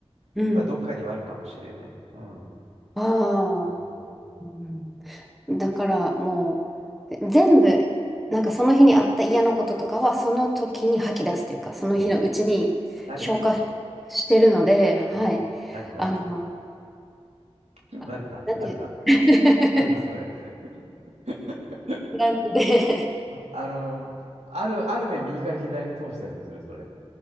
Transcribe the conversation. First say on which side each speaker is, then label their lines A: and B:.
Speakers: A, in the centre; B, on the right (about 85°).
A: うん。
B: やっぱどっかにはあるかもしれない。うん。
A: ああ。
B: そう思う。うん、
A: うんだからもう、全部、なんかその日にあった嫌なこととかは、その時に吐き出すというか、
B: あそ
A: その日のうちに消化
B: う。慣れた
A: してるので、はい。
B: うん慣れた
A: あの、
B: 慣れた慣れた
A: あなんていう <laughs>、
B: 慣れたそれ。うん <laughs>
A: な、なんで、
B: あの、ある、ある目右から左に通したりもする、それ。